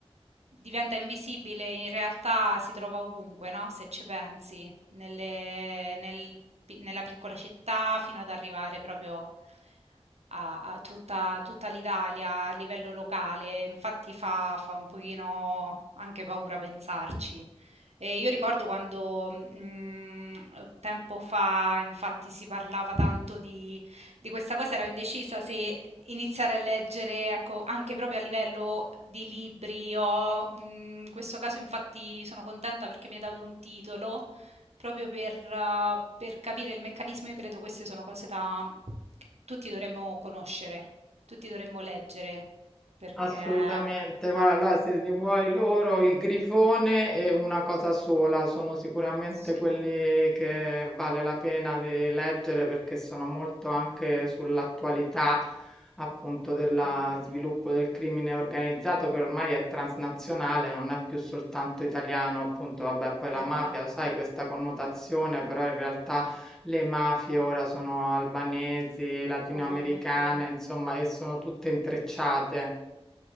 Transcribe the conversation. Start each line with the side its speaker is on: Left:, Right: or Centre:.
Right: Diventa invisibile, in realtà si trova ovunque, no, se ci pensi, nelle nel pi nella piccola città fino ad arrivare proprio a a tutta tutta l'Italia a livello locale. Infatti fa fa un pochino anche paura pensarci. Ehm, io ricordo quando, mhmm, uhm, tempo fa infatti si parlava tanto di di questa cosa, ero indecisa se iniziare a leggere, ecco, anche proprio a livello di libri o mhmm, in questo caso infatti sono contenta perché mi hai dato un titolo, proprio per eh, per capire il meccanismo. Io credo queste sono cose da tutti dovremmo conoscere, tutti dovremmo leggere, perché
Centre: Assolutamente, guarda, allora se li vuoi loro, il grifone è una cosa sola, sono sicuramente
Right: sì,
Centre: quelli
Right: eh.
Centre: che vale la pena di leggere perché sono molto anche sull'attualità appunto dello
Right: Mm, mm,
Centre: sviluppo
Right: mm.
Centre: del crimine organizzato che ormai è transnazionale, non è più soltanto italiano, appunto, vabbè, poi la
Right: Esatto,
Centre: mafia, lo sai, questa connotazione, però in realtà le mafie ora sono albanesi, latinoamericane,
Right: ovunque.
Centre: insomma, e sono tutte intrecciate.